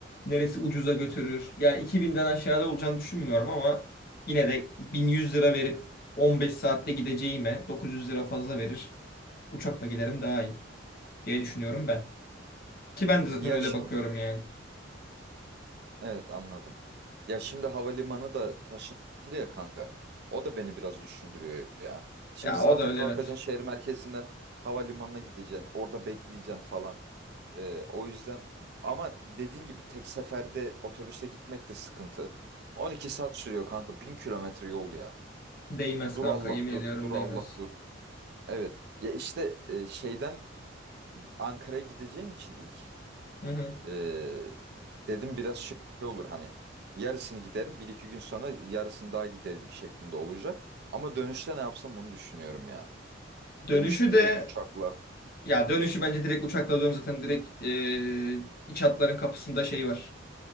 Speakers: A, on the left (about 55°); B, on the right (about 60°).
A: Neresi ucuza götürür. Yani 2000'den aşağıda olacağını düşünmüyorum ama yine de 1100 lira verip 15 saatte gideceğime 900 lira fazla verir. Uçakla giderim daha iyi diye düşünüyorum ben. Ki ben de zaten
B: Ya
A: öyle
B: şimdi
A: bakıyorum yani.
B: Evet anladım. Ya şimdi havalimanı da taşındı ya kanka. O da beni biraz düşündürüyor ya. Şimdi
A: Ya
B: zaten
A: o da öyle
B: kalkacaksın
A: evet.
B: şehir merkezinden havalimanına gideceksin. Orada bekleyeceksin falan. Ee, o yüzden ama dediğin gibi tek seferde otobüse gitmek de sıkıntı. 12 saat sürüyor kanka. bin kilometre yol ya.
A: Değmez
B: Dur
A: kanka
B: Allah
A: yemin
B: dur.
A: ediyorum
B: Dur Allah
A: değmez.
B: dur. Evet. Ya işte e, şeyden Ankara'ya gideceğim için ilk.
A: Hı hı.
B: Ee, dedim biraz şey olur hani yarısını giderim bir iki gün sonra yarısını daha giderim şeklinde olacak. Ama dönüşte ne yapsam onu düşünüyorum ya.
A: Dönüşü
B: Dönüşte direkt
A: de
B: uçakla.
A: ya dönüşü bence direkt uçakla dön zaten direkt eee iç hatların kapısında şey var.